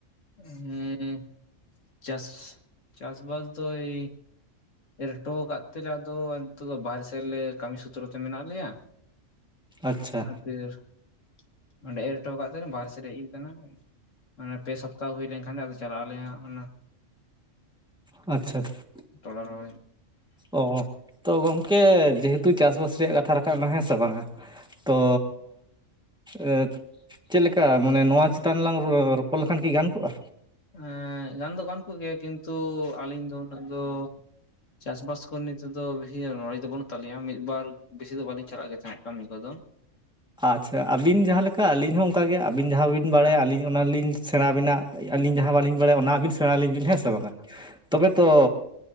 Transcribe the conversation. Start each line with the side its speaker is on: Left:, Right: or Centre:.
Left: ᱦᱮᱸ ᱪᱟᱥ ᱪᱟᱥ ᱵᱟᱥ ᱫᱚᱭ ᱮᱨᱴᱚ ᱠᱟᱫ ᱛᱮᱞᱮ ᱟᱫᱚ ᱱᱤᱛᱚᱜ ᱫᱚ ᱵᱟᱦᱨᱮ ᱥᱮᱜ ᱨᱮᱞᱮ ᱠᱟᱹᱢᱤ ᱥᱩᱛᱨᱚ ᱛᱮ ᱢᱮᱱᱟᱜ ᱞᱮᱭᱟ᱾ <unintelligible>
Centre: ᱟᱪᱪᱷᱟ
Left: ᱚᱸᱰᱮ ᱮᱨ ᱦᱚᱴᱚ ᱠᱟᱫ ᱛᱟᱦᱮᱸᱧ ᱵᱟᱨ ᱥᱮᱫ ᱨᱮ ᱟᱠᱟᱱᱟ ᱢᱟᱱᱮ ᱯᱮ ᱥᱚᱯ ᱛᱟ ᱦᱩᱭ ᱞᱮᱱᱠᱷᱟᱱ ᱟᱫᱚ ᱪᱟᱞᱟᱜ ᱟᱞᱮ ᱦᱟᱸᱜ ᱚᱱᱟ
Centre: ᱟᱪᱪᱷᱟ ᱟᱪᱪᱷᱟ
Left: ᱛᱷᱚᱲᱟ ᱨᱚᱦᱚᱭ
Centre: ᱚ ᱛᱚ ᱜᱚᱝ ᱠᱮ ᱡᱮᱦᱮᱛᱩ ᱪᱟᱥᱵᱟᱥ ᱨᱮᱭᱟᱜ ᱠᱟᱛᱷᱟ ᱨᱟᱠᱟᱵᱱᱟ ᱦᱮᱸ ᱥᱮ ᱵᱟᱝᱟ ᱛᱚ ᱮ ᱪᱮᱫᱞᱠᱟ ᱢᱟᱱᱮ ᱱᱚᱣᱟ ᱪᱮᱛᱟᱱ ᱨᱮ ᱞᱟᱝ ᱨᱚᱯᱚᱲ ᱞᱮᱠᱷᱟᱱ ᱠᱤ ᱜᱟᱱ ᱠᱚᱜᱼᱟ?
Left: ᱮᱸ ᱜᱟᱱ ᱫᱚ ᱜᱟᱱ ᱠᱚᱜᱮᱭᱟ ᱠᱤᱱᱛᱩ ᱟᱹᱞᱤᱧ ᱫᱚ ᱩᱱᱟᱹᱜ ᱫᱚ ᱪᱟᱥᱵᱟᱥ ᱠᱚᱨᱮ ᱱᱤᱛᱚᱜ ᱫᱚ ᱵᱮᱥᱤ ᱱᱚᱞᱡᱽ ᱫᱚ ᱵᱟᱹᱱᱩᱜ ᱛᱟᱹᱟᱞᱤᱧᱟ ᱢᱤᱫ ᱵᱟᱨ ᱵᱮᱥᱤ ᱫᱚ ᱵᱟᱟᱹᱞᱤᱧ ᱪᱟᱞᱟᱜ ᱜᱮ ᱛᱟᱦᱮᱸᱫ᱾ ᱠᱟᱹᱢᱤ ᱠᱚᱫᱚ᱾
Centre: ᱟᱪᱪᱷᱟ ᱟᱹᱵᱤᱱ ᱡᱟᱦᱟᱸᱞᱮᱠᱟ ᱟᱹᱞᱤᱧ ᱦᱚᱸ ᱚᱱᱠᱟᱜᱮ ᱟᱹᱵᱤᱱ ᱡᱟᱦᱟᱸ ᱵᱤᱱ ᱵᱟᱲᱟᱭᱟ ᱟᱹᱞᱤᱧ ᱚᱱᱟᱞᱤᱧ ᱥᱮᱬᱟᱵᱤᱱᱟ ᱟᱹᱞᱤᱧ ᱡᱟᱦᱟᱸ ᱵᱟᱹᱞᱤᱧ ᱵᱟᱲᱟᱭᱟ ᱚᱱᱟ ᱟᱹᱵᱤᱱ ᱥᱮᱬᱟ ᱟᱹᱞᱤᱧ ᱵᱤᱱ ᱦᱮᱸ ᱥᱮ ᱵᱟᱝᱟ᱾ ᱛᱚᱵᱮ ᱛᱚ